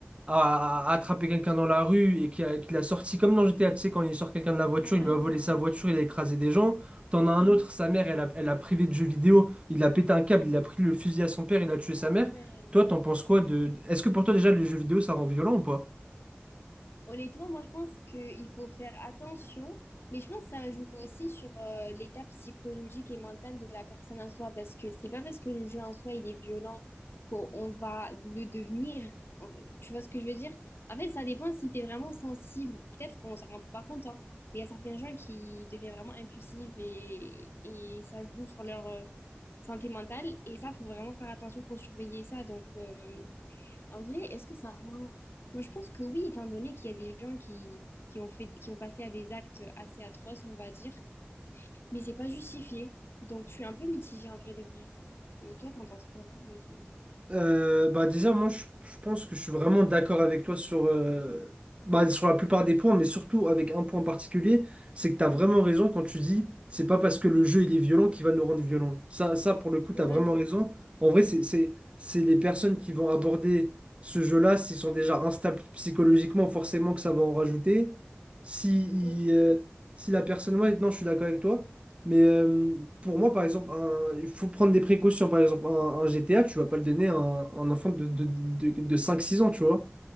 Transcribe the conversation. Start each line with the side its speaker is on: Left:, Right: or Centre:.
Right: à- à attraper quelqu'un dans la rue et qui, a- qui l'a sorti comme dans GTA, tu sais, quand il sort quelqu'un de la voiture,
Left: ouais,
Right: il lui a
Left: ouais.
Right: volé sa voiture,
Left: ouais.
Right: il a écrasé des gens. T'en as un
Left: Mhm.
Right: autre, sa mère, elle a, elle a privé de jeux vidéo, il a pété un câble, il a pris le fusil à son père, il a tué sa
Left: Ah
Right: mère.
Left: ouais.
Right: Toi, t'en penses quoi de... Est-ce que pour toi, déjà, les jeux vidéo, ça rend violent ou pas?
Left: Honnêtement, moi, je pense qu'il faut faire attention, mais je pense que ça joue aussi sur euh, l'état psychologique et mental de la personne en soi, parce que c'est pas parce que le jeu en soi, il est violent qu'on va le devenir. On- Tu vois ce que je veux dire? En fait, ça dépend si tu es vraiment sensible. Peut-être qu'on s'en rend pas compte, hein, mais il y a certains gens qui deviennent vraiment impulsifs et, et ça joue sur leur euh, santé mentale, et ça, faut vraiment faire attention, faut surveiller ça, donc... euh, en vrai, est-ce que ça rend... Moi, je pense que oui, étant donné qu'il y a des gens qui, qui ont fait, qui ont passé à des actes assez atroces, on va dire, mais c'est pas justifié. Donc, je suis un peu mitigée en vrai de vrai. Mais toi, t'en penses quoi, honnêtement?
Right: Euh, bah déjà, moi, je, je pense que je suis vraiment d'accord avec toi sur, euh, bah, sur la plupart des points, mais surtout avec un point en particulier, c'est que tu as
Left: Mhm.
Right: vraiment raison quand tu dis, c'est pas parce que le jeu il est violent qu'il va nous rendre violents. Ça, ça pour le coup, tu
Left: Ouais,
Right: as vraiment raison. En vrai, c'est, c'est, c'est les personnes qui vont aborder ce jeu-là, s'ils sont déjà instables psychologiquement, forcément que ça va en rajouter. Si,
Left: ouais,
Right: il, euh, si la personne, ouais, non, je suis d'accord avec toi. Mais euh, pour moi, par exemple, un- il faut prendre des précautions. Par exemple, un, un GTA, tu vas pas le donner à un, un enfant de, de, de, de 5-6 ans, tu vois.